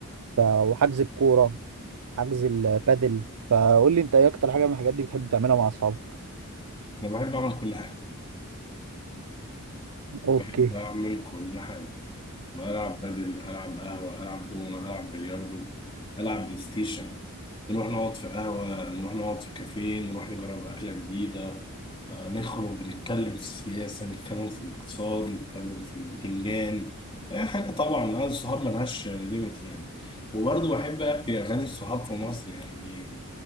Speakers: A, on the right; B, on the left.
A: ف... وحجز الكوره حجز البادل فقول لي انت ايه اكتر حاجه من الحاجات دي بتحب تعملها مع اصحابك
B: انا بحب اعمل كل حاجه
A: اوكي
B: بحب اعمل كل حاجه العب بدل العب قهوه العب دومنه العب بلياردو العب بلاي ستيشن نروح نقعد في قهوه نروح نقعد في كافيه نروح نجرب اكله جديده آه، نخرج نتكلم في السياسه نتكلم في الاقتصاد نتكلم في البتنجان اي حاجه طبعا انا الصحاب ملهاش ليميت يعني وبرضه بحب في اغاني الصحاب في مصر يعني